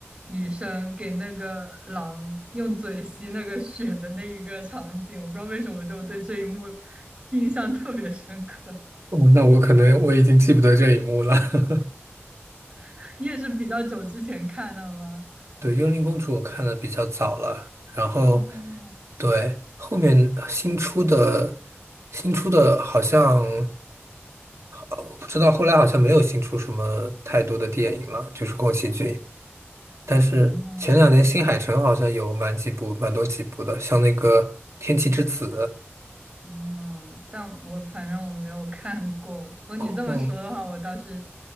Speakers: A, on the right; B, on the right.
A: 女生给那个狼用嘴吸那个血的那一个场景，我不知道为什么就对这一幕印象特别深刻。
B: 哦，那我可能我已经记不得这一幕了。<laughs>
A: <laughs> 你也是比较久之前看的吗？
B: 对，《幽灵公主》我看的比较早了，然后
A: 哦，
B: 对后面新出的新出的好像好我不知道，后来好像没有新出什么太多的电影了，就是宫崎骏。但是前两年新海诚好像有蛮几部、
A: 哦，
B: 蛮多几部的，像那个《天气之子》。
A: 嗯，但我反正我没有看过。不过你这么说的话，
B: 哦
A: 我倒是